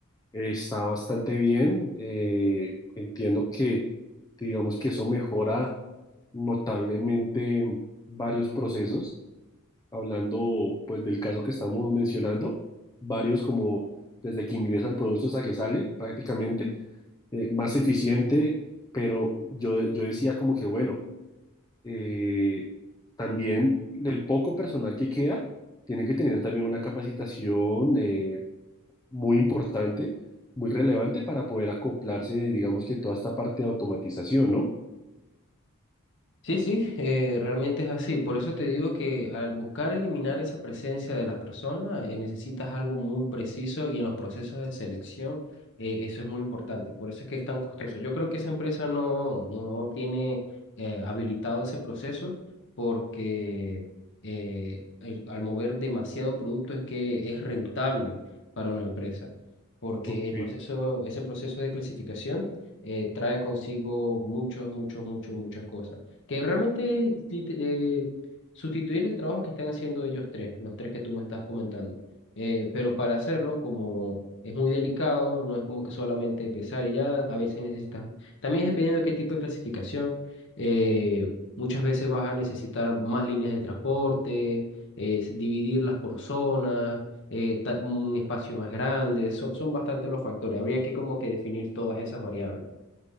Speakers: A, on the left; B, on the left.
A: eh, está bastante bien. eh, entiendo que, digamos que eso mejora notablemente varios procesos. Hablando pues del caso que estamos mencionando, varios como desde que ingresa el producto hasta que sale prácticamente eh, más eficiente, pero yo, yo decía como que, bueno, eh, también el poco personal que queda tiene que tener también una capacitación eh, muy importante, muy relevante para poder acoplarse, digamos que toda esta parte de automatización, ¿no?
B: Sí, sí, eh, realmente es así. Por eso te digo que al buscar eliminar esa presencia de las personas, eh, necesitas algo muy preciso y en los procesos de selección, eh, eso es muy importante. Por eso es que es tan costoso. Yo creo que esa empresa no, no tiene eh, habilitado ese proceso porque eh, el- al mover demasiado producto es que es rentable para una empresa. Porque
A: Ok,
B: el proceso, ese proceso de clasificación eh, trae consigo muchos, muchos, muchos, muchas cosas que realmente es lit- eh, sustituir el trabajo que están haciendo ellos tres, los tres que tú me estás comentando. Eh, pero para hacerlo, como es muy delicado, no es como que solamente pesar y ya, a veces necesitas, también es dependiendo de qué tipo de clasificación, eh, muchas veces vas a necesitar más líneas de transporte, eh, s- dividirlas por zonas. eh, ta- un espacio más grande, son, son bastante los factores, habría que como que definir todas esas variables.